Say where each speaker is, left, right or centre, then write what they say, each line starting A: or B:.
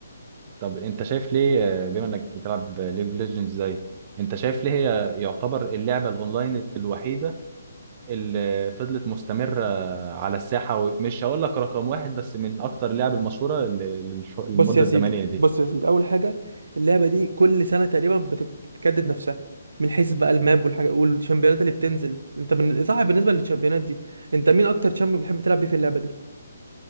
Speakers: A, on the right; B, on the right.
A: طب انت شايف ليه آه، بما انك بتلعب ليج اوف ليجندز زي انت شايف ليه هي يعتبر اللعبة الاونلاين الوحيدة اللي فضلت مستمرة على الساحة ومش هقول لك رقم واحد بس من أكتر اللعب المشهورة لل- للمدة
B: بص يا سيدي
A: الزمنية دي
B: بص يا سيدي اول حاجه اللعبه دي كل سنه تقريبا بت- بتجدد نفسها من حيث بقى الماب والحاجه والشامبيونات اللي بتنزل انت بن... صح بالنسبه للشامبيونات دي انت مين اكتر شامبيون بتحب تلعب بيه في اللعبه دي